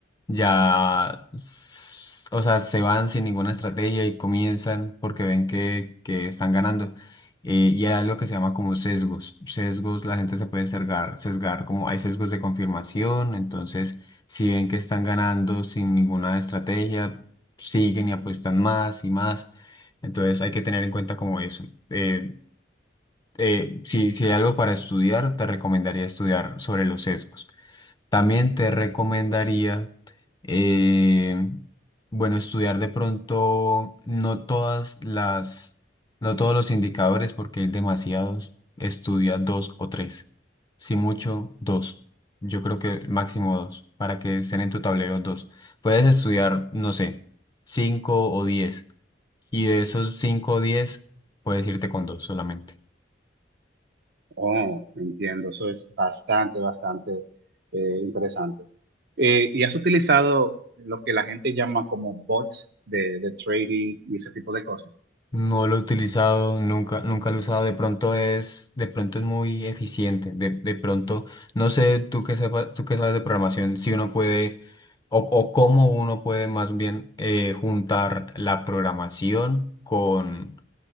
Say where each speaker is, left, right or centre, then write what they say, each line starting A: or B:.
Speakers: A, on the left; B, on the right.
A: ya, s- o sea, se van sin ninguna estrategia y comienzan porque ven que, que están ganando. Eh, y hay algo que se llama como sesgos. Sesgos, la gente se puede sesgar, sesgar, como hay sesgos de confirmación, entonces si ven que están ganando sin ninguna estrategia, siguen y apuestan más y más. Entonces hay que tener en cuenta como eso. Eh, eh, si, si hay algo para estudiar, te recomendaría estudiar sobre los sesgos. También te recomendaría, eh, bueno, estudiar de pronto no todas las, no todos los indicadores porque hay demasiados. Estudia dos o tres. Si mucho, dos. Yo creo que máximo dos, para que estén en tu tablero dos. Puedes estudiar, no sé, cinco o diez. Y de esos cinco o diez, puedes irte con dos solamente.
B: Oh, entiendo, eso es bastante, bastante eh, interesante. Eh, ¿y has utilizado lo que la gente llama como bots de, de trading y ese tipo de cosas?
A: No lo he utilizado, nunca, nunca lo he usado. De pronto es, de pronto es muy eficiente. De, de pronto, no sé, tú que sepa- tú que sabes de programación, si uno puede, o, o cómo uno puede más bien eh, juntar la programación con